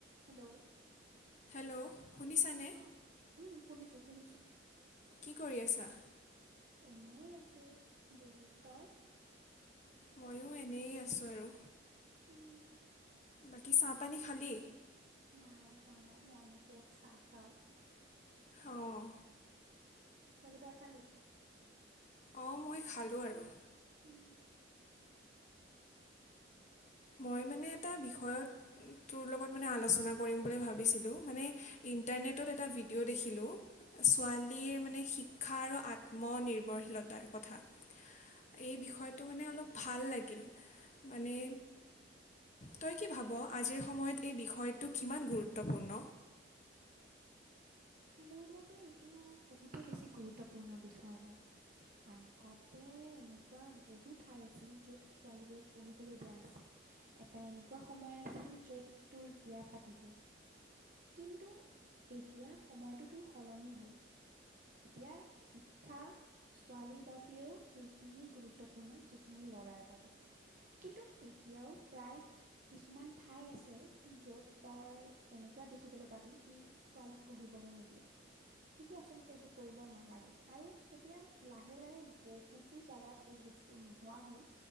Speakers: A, on the right; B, on the left.
A: হেল্ল'
B: হেল্ল' শুনিছানে
A: অ উম শুনিছো শুনিছোঁ
B: কি কৰি আছা?
A: এনে আছোঁ বহি তই
B: ময়ো এনেই আছোঁ আৰু
A: উম,
B: বাকী চাহপানী খালী?
A: নাই খোৱা নাই মইনো ক'ত চাহ খাওঁ
B: অঁ
A: বাকী দয় খালী
B: অ মই খালোঁ আৰু
A: উম,
B: মই মানে এটা বিষয়ত তোৰ লগত মানে আলোচনা কৰিম বুলি ভাবিছিলোঁ মানে ইণ্টাৰনেটত এটা ভিদিঅ ' দেখিলোঁ ছোৱালীৰ মানে শিক্ষা আৰু আত্মনিৰ্ভৰশীলতাৰ কথা' এই বিষয়টো মানে অলপ ভাল লাগিল মানে তই কি ভাব আজিৰ সময়ত এই বিষয়টো কিমান গুৰুত্বপূৰ্ণ।
A: মোৰ মতে এইটো বহুতেই বেছি গুৰুত্বপূৰ্ণ বিষয় হয় আগতে এনেকুৱা বহুত ঠাই আছিল য'ত ছোৱালীবোৰক পঢ়িবলৈ দিয়া নাছিল এটা এনেকুৱা সময় য'ত তোৰ বিয়া পাতি দিয়ে, কিন্তু - তোৰ সলনি হ'ল এতিয়া শিক্ষা ছোৱালীৰ বাবেও সেইখিনিয়ে গুৰুত্বপূৰ্ণ যিখিনি ল'ৰাৰ বাবে, কিন্তু এতিয়াও প্ৰায় কিছুমান ঠাই আছে য'ত তই এনেকুৱা দেখিবলৈ পাবি কি ছোৱালী নিবলে নিদিয়ে কিন্তু আচলতে এইটো কৰিব নালাগে আৰু এতিয়া লাহে লাহে বহুতো জেগাত এই বস্তু নোহোৱা হ'ল